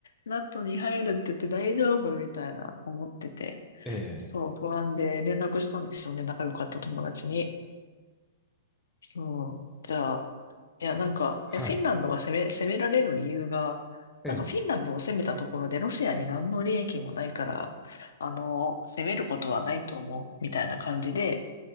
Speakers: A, on the left (about 85°); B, in the centre.
A: NATO に入るって言って大丈夫みたいな思ってて。
B: ええ
A: そう、不安で連絡したんですよね。仲良かった友達に。そう。じゃあ、いや、なんか、
B: はい。
A: いや、フィンランドが攻め、攻められる理由が、
B: ええ
A: なんかフィンランドを攻めたところでロシアに何の利益もないから、あの、攻めることはないと思う、みたいな感じで、